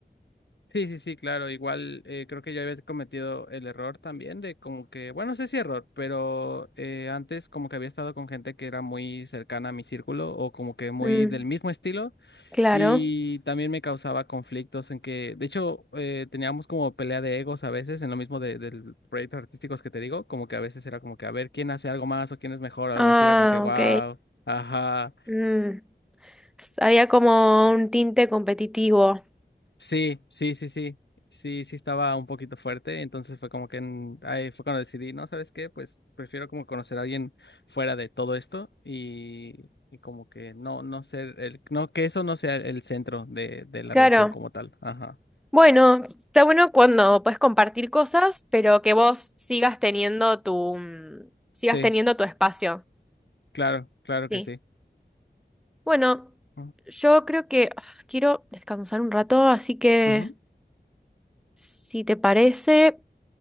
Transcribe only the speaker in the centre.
Mm,
claro.
Ah,
ok.
Mm, había como un tinte competitivo.
Claro.
Bueno, está bueno cuando puedes compartir cosas, pero que vos sigas teniendo tu, mm, sigas
teniendo tu espacio.
Sí.
Bueno,
yo creo que ah, quiero descansar un rato, así que
si te parece,